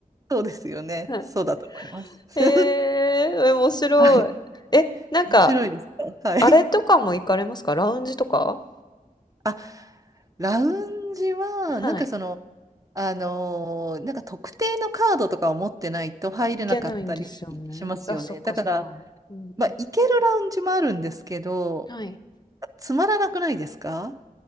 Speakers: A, on the right; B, on the left.
A: そうですよね。
B: はい。
A: そうだと思います。<laughs>
B: へえ、面白い。
A: はい。
B: え、なんか、
A: 面白いですか。はい。
B: あれとかも行かれますかラウンジとか
A: あ、ラウンジは、
B: はい。
A: なんかその、あのーなんか特定のカードとかを持ってないと入れなかったりしますよね。
B: 行けないんですよね。あ、そっかそっか。
A: だから、
B: うんうん。
A: まあ、行けるラウンジもあるんですけど、
B: はい。
A: つまらなくないですか